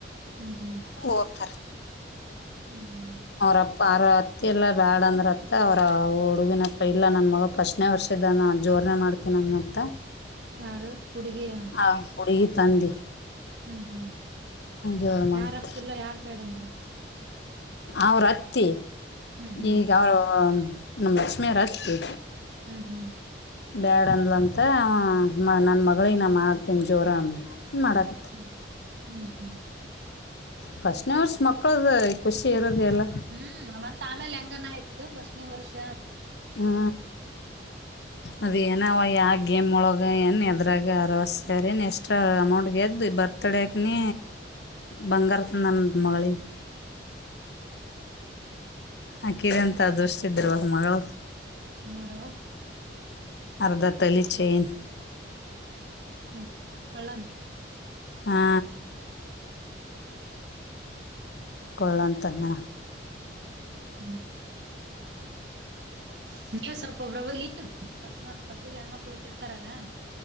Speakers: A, on the right (about 65°); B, on the left (about 65°).
A: ಹ್ಮ್ ಹ್ಮ್
B: ವ ಅಬ್ತಾರೆ
A: ಹ್ಮ್
B: ಅಬ್ <unintelligible> ಪಾರ ಅತ್ತೆ ಎಲ್ಲ ಬ್ಯಾಡ ಅಂದ್ರೆ ಅತ್ತ ಅವರ ಹುಡುಗಿನಪ್ಪ ಇಲ್ಲ ನನ್ನ ಮಗಳು ಫಸ್ಟ್ನನೆ ವರ್ಷದಾನ ಜೋರನೇ ಮಾಡ್ ಇನೊನ್ನತ್ತ
A: ಯಾರು ಹುಡುಗಿಯ
B: ಹಾ ಹುಡುಗಿ ತಂದೆ
A: ಹ್ಮ್ ಹ್ಮ್
B: ಜೋರು ಮಾಡುತ್ತೆ
A: ಯಾರಪ್ಪಿಲ್ಲ ಯಾರ್ ಬೇಡ ಅಂದ್ರ
B: ಅವ್ರತ್ತಿ
A: ಹ್ಮ್ ಹ್ಮ್
B: ಈಗ ಅವ್ರ ನಮ್ಮ ಲಕ್ಷ್ಮಿಯವ್ರ ಅತ್ತಿ
A: ಹ್ಮ್ ಹ್ಮ್
B: ಬ್ಯಾಡ ಅಂದ್ಲಂತ ನನ್ನ ಮಗಳಗ ನ ಮಾಡ್ತೀನಿ ಜೋರ ಮಾಡಕ
A: ಹ್ಮ್ ಹ್ಮ್
B: ಫಸ್ಟ್ ವರ್ಷ ಮಕ್ಕಳ್ದ ಖುಷಿ ಇರೋದೇ ಅಲ್ಲ
A: ಹ್ಮ್ ಮಮತ್ <unintelligible> ಆಮೇಲೆ ಹೆಂಗನ ಆ್ತು ಫಸ್ನೇ ವರ್ಷ
B: ಹಾ ಅದು ಏನ ಅವ ಯಾವ ಗೇಮ್ ಳಗೆ ಏನು ಎದ್ರಾಗ ಅರ ಸರಿಏನು ಎಷ್ಟಟ್ರಾ ಅಮೌಂಟ್ ಗೆದ್ದು ಬರ್ತ ತೊಡಿಯಕನ ಬಂಗಾರಂತ ನನ್ನದು ಮಗಳಿಗೆ ಆ ಕಿರೆ ಅಂತ ದುೃಷ್ಟ್ದಿ ಇರುವಾಗ ಮಗಳು
A: ನೋಡುವ
B: ಅರ್ಧತಳಿ ಚೈನ್
A: ಹ್ಮ ಹೊಳಂ
B: ಹಾ. ಕೊಳ್ಳೋಂತನ್ನು.
A: ಹ್ಮ್. ನೀವ್ ಸ್ವಪೊಬ್ರಬಸ್ ಫಸ್ಟ್ ಗ ಹೆಣ್ಮಕ್ಳು ಹಟ್ಟಿರ್ತಾರಲ್ಲ.